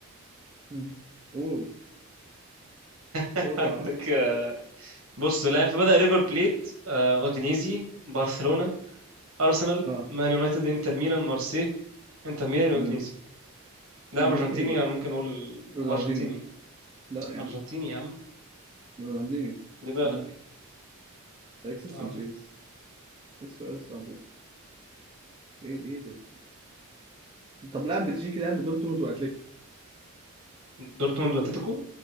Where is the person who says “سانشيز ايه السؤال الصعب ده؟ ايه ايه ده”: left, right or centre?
Right